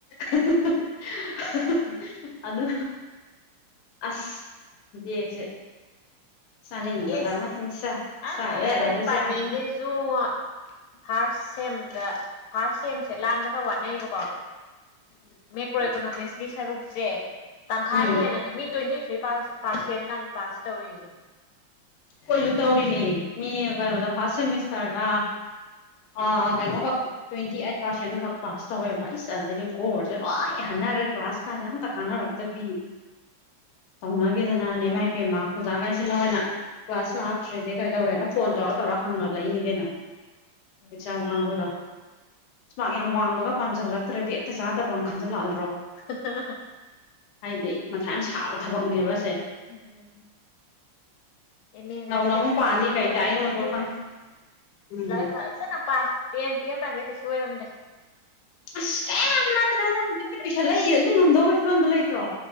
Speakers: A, on the left; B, on the left.
A: ꯍꯥ ꯍꯥ ꯍꯥ ꯍꯥ ꯍꯥ ꯑꯗꯨ ꯑꯁ ꯕꯦꯛꯁꯦ ꯆꯥꯅꯤꯡꯕꯖꯥꯠ
B: ꯏꯁ
A: ꯅꯠꯇꯦ ꯆꯥ
B: ꯑꯩ
A: ꯆꯥꯗ
B: ꯑꯩꯈꯣꯏ
A: ꯌꯥꯗꯕꯩ
B: ꯗꯤꯄꯥꯔꯠꯃꯦꯟꯒꯤꯖꯨ
A: ꯆꯥꯔꯦ
B: ꯉꯣ ꯐꯥ꯭ꯔꯁ ꯁꯦꯝꯗ ꯐꯥ꯭ꯔꯁ ꯁꯦꯝꯖꯦ ꯂꯥꯟꯕ ꯈꯔ ꯋꯥꯅꯩꯕꯀꯣ ꯎꯝ ꯀ꯭ꯔꯣ ꯏꯀꯣꯅꯣꯃꯤꯛꯁꯀꯤ ꯁꯔꯨꯛꯁꯦ ꯇꯪꯈꯥꯏ
A: ꯎꯝ
B: ꯍꯦꯟꯅꯅꯦ ꯃꯤꯠ ꯇ꯭ꯋꯦꯟꯇꯤ ꯊ꯭ꯔꯤ ꯄꯥꯔꯁ ꯄꯥꯔꯁꯁꯦꯟꯒꯥꯅꯦ ꯄꯥꯁ ꯇꯧꯔꯤꯖꯦ
A: ꯈꯣꯏꯖꯨ ꯇꯧꯔꯤꯅꯦ ꯃꯤ ꯀꯩꯅꯣꯗ ꯐꯥꯔꯁ ꯁꯦꯃꯤꯁꯇꯔꯗ
B: ꯎꯝ
A: ꯑ ꯀꯩꯅꯣꯈꯛ ꯇ꯭ꯋꯦꯟꯇꯤ ꯑꯥꯏꯠ ꯄꯥꯔꯁꯦꯟ ꯈꯛ ꯄꯥꯁ ꯇꯧꯋꯦꯕ ꯏꯁ ꯑꯗꯩꯗꯤ ꯒꯣꯔꯖꯦ ꯂꯣꯏ ꯍꯟꯅꯒ꯭ꯔꯦ ꯀ꯭ꯂꯥꯁ ꯀꯥꯖꯦ ꯑꯝ ꯀꯥꯅꯔꯛꯇꯕꯤ ꯇꯧꯅꯒꯤꯗꯅꯅꯦ ꯏꯃꯥꯏꯄꯦꯝꯃ ꯑꯣꯖꯥꯒꯩꯖꯤꯅꯥ ꯑꯣꯏꯅ ꯀ꯭ꯂꯥꯁ ꯂꯥꯛꯇ꯭ꯔꯤꯗꯤ ꯀꯩꯗꯧꯔꯦꯅ ꯐꯣꯟ ꯇꯧꯔ ꯇꯧꯔ ꯍꯪꯒꯠꯂꯛꯏꯅꯤ ꯀꯩꯅꯣ
B: ꯎꯝ
A: ꯑꯦꯛꯖꯝ ꯀꯥꯡꯕꯨꯗꯣ ꯃ꯭ꯔꯛ ꯌꯥꯝ ꯋꯥꯡꯕꯒ ꯄꯥꯝꯖꯜꯂꯛꯇ꯭ꯔꯦ ꯕꯦꯛꯇ ꯆꯥꯗꯕꯅ ꯈꯟꯖꯜꯂꯛ ꯑꯗ꯭ꯔꯣ
B: ꯍꯥ ꯍꯥ ꯍꯥ
A: ꯍꯥꯏꯗꯤ ꯃꯊꯥ ꯌꯥꯝ ꯁꯥꯕ ꯊꯕꯛꯅꯦꯕ ꯑꯁꯦ
B: ꯎꯝ ꯑꯦꯃꯦ
A: ꯅꯧꯅ
B: ꯒꯥꯟꯁꯦ
A: ꯑꯃꯨꯛ ꯄꯥꯅꯤ
B: ꯄꯪꯇꯧ
A: ꯀꯩ
B: ꯇꯧ ꯌꯥꯟꯄꯣꯟꯇꯦꯗ
A: ꯇꯥꯛꯏꯅꯣꯗꯣ ꯈꯪ ꯎꯝ
B: ꯂꯥꯏꯔꯤꯛ ꯐꯖꯅ ꯄꯥꯏ ꯇꯦꯟ ꯇꯨꯋꯦꯜꯐ ꯀꯥꯁꯦ ꯀꯩꯁꯨ ꯑꯣꯏꯔꯝꯗ꯭ꯔꯦ
A: ꯑꯁ ꯀ꯭ꯌꯦꯝ ꯅꯠꯇ꯭ꯔꯦꯗ ꯍꯧꯖꯤꯛ ꯃꯤꯠ ꯎꯏꯁꯜꯂ ꯌꯦꯡꯉꯖꯨ ꯉꯝꯗꯧꯕꯒꯤ ꯐꯤꯕꯝꯗ ꯂꯩꯇ꯭ꯔꯣ